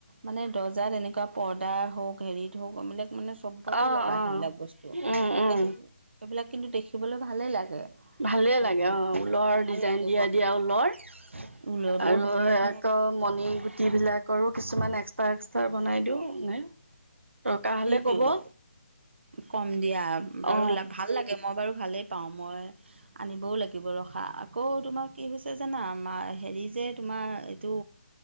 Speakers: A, on the right (about 60°); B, on the right (about 80°).
A: মানে দৰ্জাত এনেকুৱা পৰ্দাৰ হওক, হেৰিত হওক মানে চবতে
B: অ
A: লগাই
B: অ
A: সেইবিলাক বস্তু,
B: উম উম
A: সেইটো সেইবিলাক কিন্তু দেখিবলৈ ভালেই লাগে।
B: ভালেই
A: সেইটো
B: লাগে অ ঊলৰ
A: ভাল
B: ডিজাইন
A: লাগে
B: দিয়া
A: বনাই
B: দিয়া ঊলৰ,
A: ঊলৰ বৰ
B: আৰু
A: ধুনীয়া ধুনীয়া
B: আকৌ মণি গুটি বিলাকৰো আৰু কিছুমান এক্সট্ৰা, এক্সট্ৰা বনাই দিও নে? দৰকাৰ হ'লে
A: সেইটোয়ে,
B: ক'ব অ
A: কম দিয়া বাৰু
B: অ
A: ভাল লাগে। মই বাৰু ভালেই পাওঁ, মই আনিবও লাগিব ৰখা, আকৌ তোমাৰ কি হৈছে জানা? হেৰি যে তোমাৰ এইটো